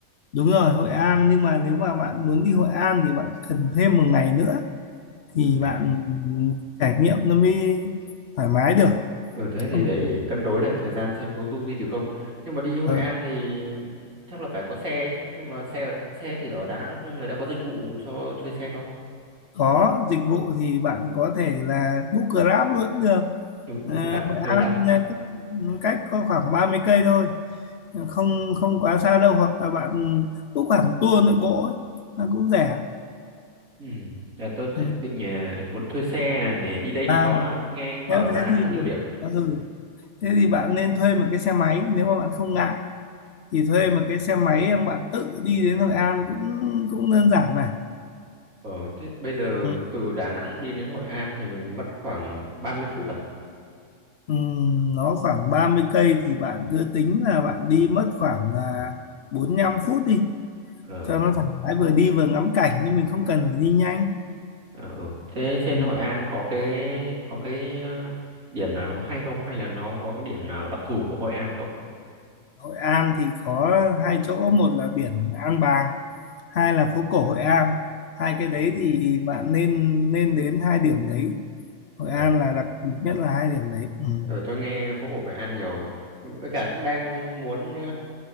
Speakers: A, on the left; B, on the right.
A: Đúng rồi, Hội An nhưng mà nếu mà bạn muốn đi Hội An thì bạn cần thêm một ngày nữa thì
B: Thêm một ngày
A: bạn
B: nữa.
A: trải nghiệm nó mới thoải mái được.
B: Ừ, thế thì
A: Không
B: để
A: thì-
B: cân đối lại thời gian xem có du gì được không. Nhưng mà đi Hội
A: ờ,
B: An thì chắc là phải có xe chứ. Nhưng mà xe ở- xe thì ở Đà Nẵng người ta có dịch vụ cho thuê xe không?
A: có dịch vụ thì bạn có thể là book Grab luôn cũng được.
B: Ừ, Cũng
A: À,
B: là
A: Hội
B: hơi
A: An
B: đắt.
A: à, cách có khoảng 30 cây thôi, không không quá xa đâu hoặc là bạn book hẳn tour nội bộ ấy, nó cũng rẻ.
B: Ừ. Là tôi lại
A: Ừ.
B: định ờ, muốn thuê xe là để đi đây đi
A: À,
B: đó nữa, nghe bảo
A: nếu
B: ở
A: thế
B: Đà Nẵng
A: thì
B: có nhiều điểm.
A: ừ, thế thì bạn nên thuê một cái xe máy nếu mà bạn không ngại thì thuê một cái xe máy em bạn tự đi đến Hội An cũng cũng đơn giản mà
B: Ờ, thế bây giờ
A: ừ.
B: từ Đà Nẵng đi đến Hội An thì mình mất khoảng 30 phút à?
A: Ừ, nó khoảng 30 cây thì bạn cứ tính là bạn đi mất khoảng à, 45 phút đi
B: Ờ,
A: cho
B: ừ.
A: nó thoải mái vừa đi vừa ngắm cảnh nhưng mình không cần phải đi nhanh
B: Ờ, ừ. Thế trên
A: ừ.
B: Hội An có cái có cái ờ, điểm nào nó hay không hay là nó có cái điểm nào đặc thù của Hội An không?
A: Hội An thì có hai chỗ một là biển An Bàng hai là phố cổ Hội An hai cái đấy
B: Ừ.
A: thì bạn nên nên đến hai điểm đấy Hội
B: À,
A: An là đặc biệt nhất là hai điểm đấy ừ.
B: ừ, tôi nghe phố cổ Hội An nhiều rồi. Với cả cũng đang muốn ờ,